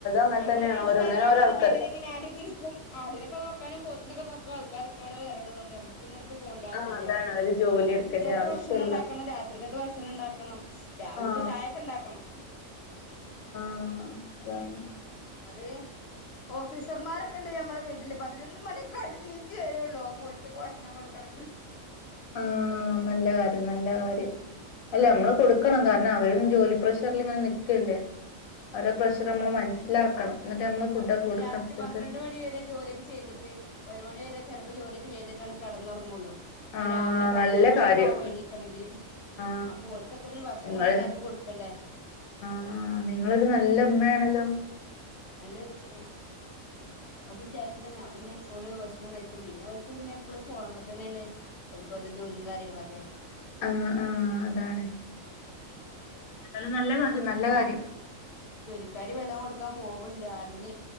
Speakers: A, on the left (about 90°); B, on the left (about 65°).
A: അങ്ങനെ
B: ഞങ്ങള്
A: തന്നെയാണ്
B: വൈകുന്നേരം
A: ഓരോന്നിനും
B: അവിടെ
A: ഓരോ ആൾക്കാര്
B: ഊഞ്ഞാലേലിങ്ങനെ ആടിയൊക്കെയിരിക്കും ആടിനൊക്കെ നോക്കാനും പോത്തിനൊക്കെ നോക്കാനും ആൾക്കാരൊക്കെ അവിടെ വേറെള്ളത് കൊണ്ട് നമ്മക്ക് പിന്നെ ഒടുക്കും പോണ്ട ആവിശ്യല്ല
A: ആ അതാണ് ഒരു ജോലി
B: നമ്മക്ക്
A: എടുക്കേണ്ട
B: ഉച്ചത്തെ
A: ആവശ്യമില്ല
B: ഭക്ഷണം ഇണ്ടാക്കണം രാത് ത്രികത്തെ ഭക്ഷണം ഇണ്ടാക്കണം രാവിലത്തെ
A: ആ
B: ചായക്കെ ഇണ്ടാക്കണം
A: ആഹ് അതാണ്
B: അതെ ഓഫീസർമാരൊക്കെ ഇണ്ട് ഞമ്മളെ വീട്ടില് പതിനൊന്ന് മണിയൊക്കെ ആയിട്ട് നീച്ച് വെരൊള്ളൂ അപ്പൊ ഓല്ക്കൊക്കെ ഭക്ഷണം കൊടുക്കണെങ്കിൽ
A: ആഹ് നല്ല കാര്യം നല്ല കാര്യം അല്ല നമ്മള് കൊടുക്കണം കാരണം അവരും ജോലി പ്രഷറിലിങ്ങനെ നിക്കല്ലേ? അവരെ പ്രഷറ് നമ്മള് മനസ്സിലാക്കണം എന്നിട്ട് നമ്മള് ഫുഡൊക്കെ
B: ഓല്
A: കൊടുക്കണം
B: രാത്രി
A: അവർക്ക്
B: പന്ത്രണ്ട് മണിവരെ ജോലിയൊക്കെ ചെയ്തി ഒരു മണി വരെ ചെലപ്പോ ജോലിയൊക്ക ചെയ്തിട്ടാണ് കെടന്നൊറങ്ങോള്ളൂ
A: ആ
B: രാവിലെ പതിനൊന്ന്
A: നല്ല
B: മണിയൊക്ക
A: കാര്യം
B: ആവും എണീക്കണെങ്കില്
A: ആ
B: അപ്പോ ഓൽക്കൊക്ക പിന്നെ ഭക്ഷണക്കെ
A: നിങ്ങൾ
B: ഇണ്ടാക്കി കൊടുക്കണ്ടേ
A: ആ നിങ്ങളൊരു നല്ല ഇമ്മെണല്ലോ
B: നല്ലൊരുമ്മെണ് അത് വിചാരിച്ചിട്ട ഞാൻ പിന്നെ ഓല് ഭക്ഷണം കഴിക്കും പിന്നെ ഓൽക്ക് പിന്നെ എപ്പളും ഫോണ് മ്മ തന്നെണ് ഓൽക്ക് ഓലെ ജോലിം കാര്യങ്ങളൊക്കെ
A: ആ ആ അതാണ് ഏതാലും നല്ല കാര്യം നല്ല കാര്യം
B: ജോലിക്കാരി വെള്ളം കൊടുക്കാം പോവ്ണ്ട് ആടിന്